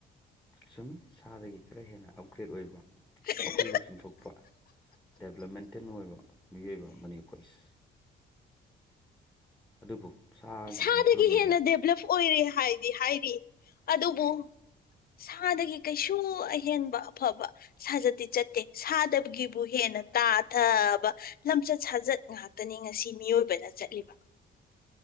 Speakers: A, in the centre; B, on the left.
A: ꯆꯨꯝꯃꯤ ꯁꯥꯗꯒꯤ ꯈꯔ ꯍꯦꯟꯅ ꯑꯞꯒ꯭ꯔꯦꯗ ꯑꯣꯏꯕ
B: <unintelligible>
A: ꯋꯥꯈꯜ ꯂꯧꯁꯤꯡꯊꯣꯛꯄ ꯗꯦꯕꯂꯞꯃꯦꯟꯇꯦꯟ ꯑꯣꯏꯕ ꯃꯤꯑꯣꯏꯕ ꯑꯃꯅꯤ ꯑꯩꯈꯣꯏꯁꯦ ꯑꯗꯨꯕꯨ ꯁꯥꯒꯤ
B: ꯁꯥꯗꯒꯤ
A: ꯋꯥꯈꯜꯂꯣꯟ ꯑꯗꯣ
B: ꯍꯦꯟꯅ ꯗꯦꯕꯂꯞ ꯑꯣꯏꯔꯦ ꯍꯥꯏꯗꯤ ꯍꯥꯏꯔꯤ ꯑꯗꯨꯕꯨ ꯁꯥꯗꯒꯤ ꯀꯩꯁꯨ ꯑꯍꯦꯟꯕ ꯑꯐꯕ ꯁꯥꯖꯠꯇꯤ ꯆꯠꯇꯦ ꯁꯥꯗꯕꯒꯤꯕꯨ ꯍꯦꯟꯅ ꯇꯥꯊꯕ ꯂꯝꯆꯠ ꯁꯥꯖꯠ ꯉꯥꯛꯇꯅꯤ ꯉꯁꯤ ꯃꯤꯑꯣꯏꯕꯅ ꯆꯠꯂꯤꯕ